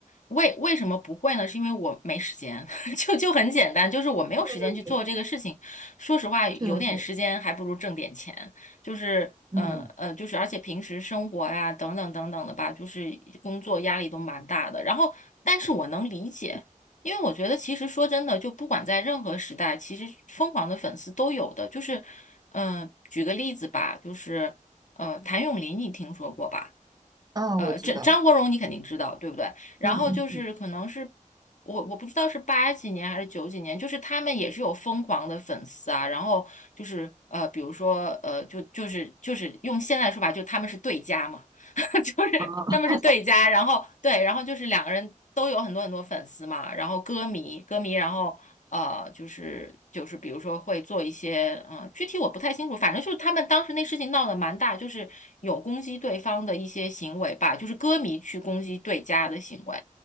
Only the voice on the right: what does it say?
对对对，
是的，是的，
嗯，
啊，
我知道，
嗯嗯嗯，
啊。